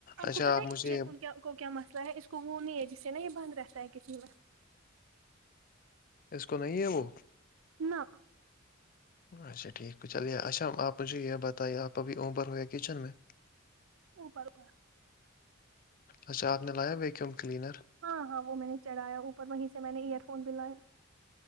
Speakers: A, on the left (about 45°); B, on the right (about 70°).
A: اچھا
B: کو پتہ
A: آپ
B: ہے
A: مجھے
B: اس ایئر فون کیا کو کیا مسئلہ ہے اس کو وہ نہیں ہے جس سے نا یہ بند رہتا ہے کسی میں
A: اس کو نہیں ہے وہ
B: نہ
A: اچھا ٹھیک ہے چلیے اچھا آپ مجھے یہ بتائیے آپ ابھی امبر ہوئے کچن میں
B: او پرپا
A: اچا آپ نے لایا وییکیوم کلینر
B: ہاں ہاں وہ میں نےڑھایا اوپر وہیں سے میں نے ایئر فون بھی للایا